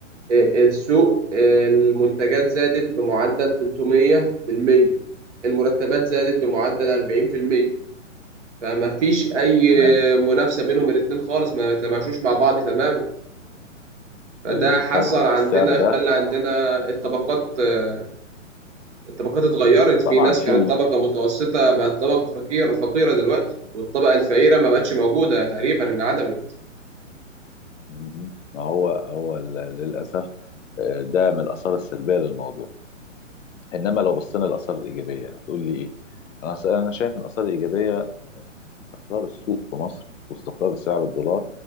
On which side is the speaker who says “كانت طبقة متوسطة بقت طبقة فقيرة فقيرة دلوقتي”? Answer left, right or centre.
Right